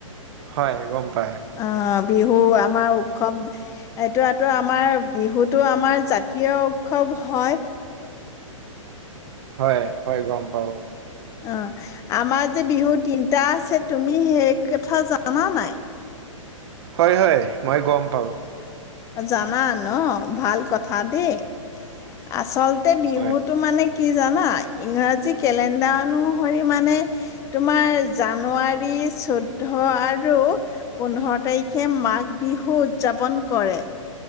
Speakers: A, on the right (about 50°); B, on the left (about 20°).
A: হয় গম পায়
B: অ', বিহু আমাৰ উৎসৱ এইটোতো আমাৰ বিহুতটো আমাৰ জাতীয় উৎসৱ হয়।
A: হয় -হয় গম পাওঁ
B: অঁ', আমাৰ যে বিহু তিনিটা আছে তুমি সেই কথা জানা নাই?
A: হয়-হয় মই গম পাওঁ।
B: জানা ন', ভাল কথা দেই আচল বিহুতটো
A: হয়
B: মানে, কি জানা ইংৰাজী কেলেণ্ডাৰ অনুসৰি মানে তোমাৰ জানুৱাৰী চৈধ্য আৰু পোন্ধৰ তাৰিখে মাঘ বিহু উদযাপন কৰে।